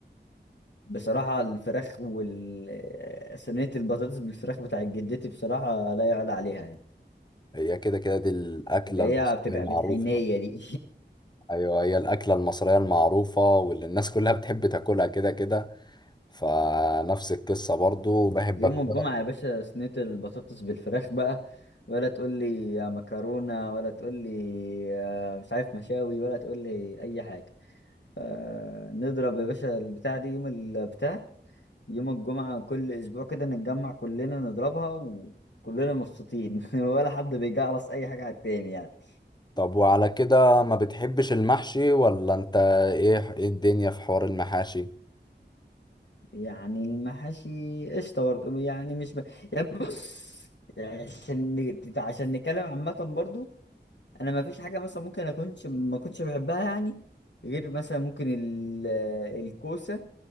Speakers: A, on the left; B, on the left.
A: بصراحة الفراخ وال صينية البطاطس بالفراخ بتاعت جدتي بصراحة لا يعلى عليها يعني
B: هي كده كده دي الأكلة
A: اللي هي
B: المصرية
A: بتبقى
B: المعروفة
A: بالحنية دي
B: أيوه هي الأكلة المصرية المعروفة واللي الناس كلها بتحب تاكلها كده كده فنفس القصة برضو
A: <laughs>
B: بحب
A: يوم
B: أكلها
A: الجمعة يا باشا صينية البطاطس بالفراخ بقى ولا تقول لي يا مكرونة ولا تقول لي يا مش عارف مشاوي ولا تقول لي أي حاجة آه، نضرب يا باشا البتاع دي يوم البتاع يوم الجمعة كل أسبوع كده نتجمع كلنا نضربها وكلنا مبسوطين <laughs> ولا حد بيجعلص أي حاجة على التاني يعني
B: طب وعلى كده ما بتحبش المحشي ولا انت ايه ايه الدنيا في حوار المحاشي
A: يعني المحاشي قشطة برضه يعني مش ب... يعني بص يعني عشان نت- عشان نتكلم عامة برضه أنا ما فيش حاجة مثلا ممكن أكونش ما كنتش بحبها يعني غير مثلا ممكن ال... الكوسة